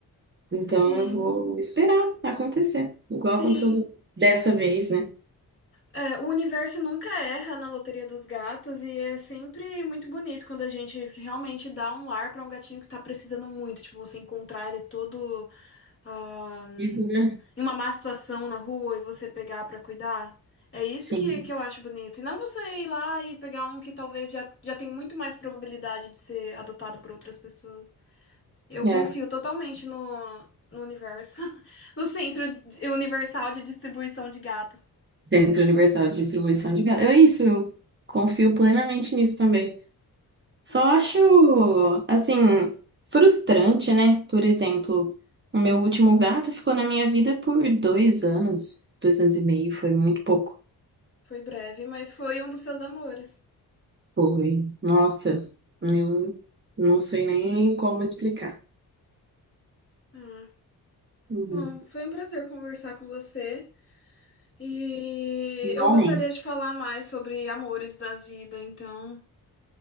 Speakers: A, on the right; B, on the left.
A: Então
B: sim,
A: eu vou esperar acontecer. Igual
B: sim.
A: aconteceu dessa vez, né?
B: É, o universo nunca erra na loteria dos gatos e é sempre muito bonito quando a gente realmente dá um lar pra um gatinho que tá precisando muito. Tipo, você encontrar ele todo ah,
A: Uhum, né?
B: em uma má situação na rua e você pegar pra cuidar. É isso
A: Sim,
B: que, que eu acho bonito. E não você ir lá e pegar um que talvez já, já tem muito mais probabilidade de ser adotado por outras pessoas. Eu
A: é.
B: confio totalmente no, no universo, <laughs> no centro de- universal de distribuição de gatos.
A: Centro Universal de Distribuição de Gado. É isso, eu confio plenamente nisso também. Só
B: Hum,
A: acho,
B: é.
A: assim, frustrante, né? Por exemplo, o meu último gato ficou na minha vida por dois anos, dois anos e meio, foi muito pouco.
B: Foi breve, mas foi um dos seus amores.
A: Foi. Nossa, eu não sei nem como explicar.
B: Ah,
A: Uhum.
B: bom, foi um prazer conversar com você. E
A: Igualmente.
B: eu gostaria de falar mais sobre amores da vida, então